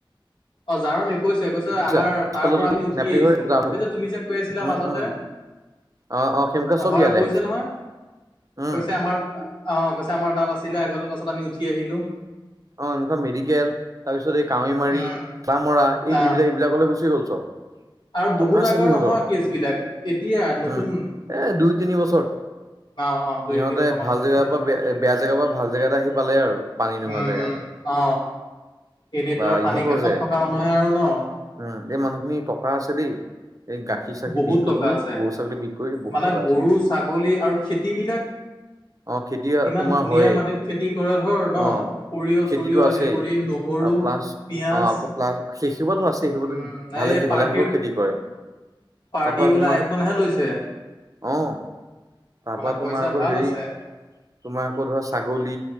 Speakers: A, on the left (about 65°); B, on the right (about 40°).
A: অ জাৰ নি কৈছে কৈছে
B: বুজিছা
A: আমাৰ
B: পিছফালে
A: তাৰ পৰা
B: যদি
A: আমি উঠি
B: নেপালী
A: আহিছো
B: হৈ যাওঁ হ'ব
A: এই যে তুমি যে কৈ আছিলা
B: উম
A: মাজতে।
B: উম অ অ সেইমুখা চব
A: হয়
B: ইয়ালৈ
A: কৈছে
B: আহিছে
A: নহয়,
B: উম
A: কৈছে আমাক অঁ কৈছে আমাৰ তাত আছিলে আগতে তাৰপছত আমি উঠি আহিলোঁ।
B: অ এনেকা মেডিকেল তাৰপিছত এই। কাৱৈমাৰী
A: উম
B: কামৰা এই
A: না
B: এইবিলাক এইবিলাকলৈ গুচি গল চব।
A: আৰু বহুত
B: টকা আছে
A: আগৰ
B: সিহঁতৰ
A: নহয় কেচবিলাক এতিয়া নতুন।
B: উম এ দুই তিনি বছৰ
A: অ অ দুই
B: ইহঁতে
A: তিনি বছৰ মান
B: ভাল
A: হ'ব
B: জেগাৰ
A: বেছি নহয়
B: পৰা বেয়া জেগাৰ পৰা ভাল জেগা এটা আহি। পালে আৰু পানী নোহোৱা।
A: উম
B: জেগা এটা
A: অ। এনেই
B: বা
A: দৰা পানীৰ
B: ইহঁতৰ
A: কাষত
B: যে
A: থকা মানুহে আৰু ন
B: উম এই মানুহখিনি টকা আছে দেই এই গাখীৰ চাখিৰ
A: বহুত
B: বিক কৰি
A: টকা
B: কৰি
A: আছে
B: গৰু ছাগলী বিক কৰি বহুত
A: মানে
B: টকা আছে
A: গৰু
B: সিহঁতৰ।
A: ছাগলী আৰু খেতি বিলাক
B: অ খেতি
A: ইমান
B: তোমাৰ
A: ধুনীয়া
B: হয়েই
A: মাটিত খেতি কৰে ধৰ ন
B: অ।
A: সৰিয়হ
B: খেতিটো
A: চৰিয়হ
B: আছেই
A: আদি কৰি নহৰু
B: আৰু প্লাচ
A: পিয়াজ
B: অ আকৌ প্লাছ সেইশিবো আছে সেইসোপা
A: উম
B: ভালে।
A: এই
B: দেখি
A: পাৰ্টিৰ
B: ভালেসলো খেতি কৰে
A: পাৰ্টি
B: তাৰ পৰা
A: বোলে
B: তোমাৰ
A: আইফোনহে লৈছে
B: আহ তাৰ
A: মানে
B: পৰা
A: পইচা
B: তোমাৰ আকৌ
A: ভাল
B: হেৰি
A: আছে
B: তোমাৰ আকৌ ধৰা ছাগলী।